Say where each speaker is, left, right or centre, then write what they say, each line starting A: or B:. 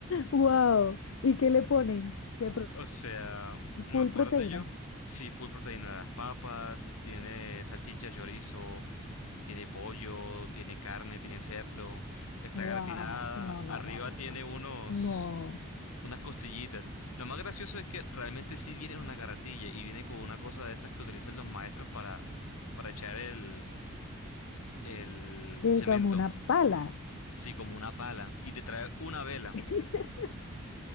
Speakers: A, on the left; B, on the left.
A: Wow. ¿Y qué le ponen? ¿Qué pro-
B: O sea, me
A: full
B: acuerdo
A: proteína?
B: yo. Sí, full proteína de las papas, tiene salchicha, chorizo, tiene pollo, tiene carne, tiene cerdo, está
A: Wow.
B: gratinada,
A: No, no,
B: arriba
A: no, no,
B: tiene
A: no.
B: unos
A: No.
B: unas costillitas. Lo más gracioso es que realmente sí viene en una carretilla y viene con una cosa de esas que utilizan los maestros para para echar el el
A: Que
B: cemento,
A: como una pala.
B: sí, como una pala y te trae una vela
A: <laughs>